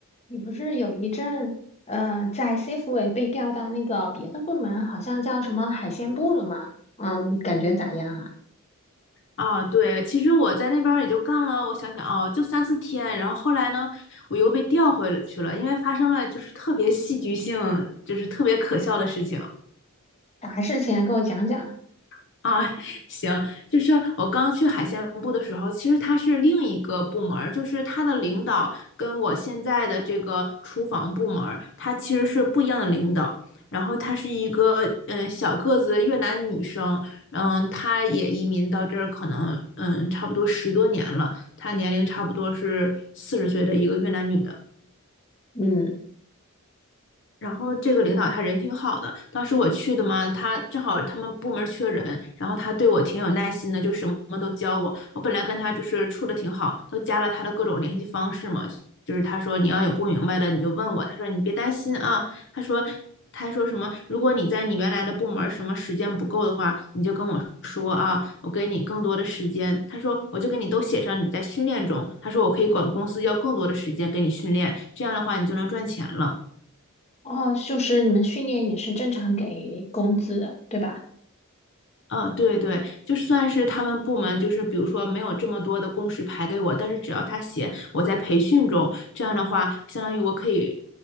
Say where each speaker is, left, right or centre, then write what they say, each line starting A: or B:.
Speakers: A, on the left; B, on the left.
A: 你不是有一阵，呃，在 C a f e 被调到那个别的部门，好像叫什么海鲜部了吗？嗯，感觉咋样啊？
B: 啊，对，其实我在那边儿也就干了，我想想哦，就三四天，然后后来呢，我又被调回了去了，因为发生了就是特别戏剧性，就是特别可笑的事情。
A: 啥事情啊？跟我讲讲。
B: <laughs> 啊，行，就是我刚去海鲜部的时候，其实它是另一个部门儿，就是它的领导跟我现在的这个厨房部门儿，它其实是不一样的领导。然后她是一个嗯、呃小个子越南女生，嗯，她也移民到这儿，可能嗯差不多十多年了，她年龄差不多是四十岁的一个越南女的。
A: 嗯，
B: 然后这个领导他人挺好的，当时我去的嘛，他正好他们部门缺人，然后他对我挺有耐心的，就什么都教我。我本来跟他就是处的挺好，都加了他的各种联系方式嘛，就是他说你要有不明白的你就问我，他说你别担心啊，他说他说什么，如果你在你原来的部门什么时间不够的话，你就跟我说啊，我给你更多的时间。他说我就给你都写上你在训练中，他说我可以管公司要更多的时间给你训练，这样的话你就能赚钱了。
A: 哦，就是你们训练也是正常给工资，对吧？
B: 嗯，对对，就算是他们部门，就是比如说没有这么多的工时排给我，但是只要他写我在培训中，这样的话，相当于我可以，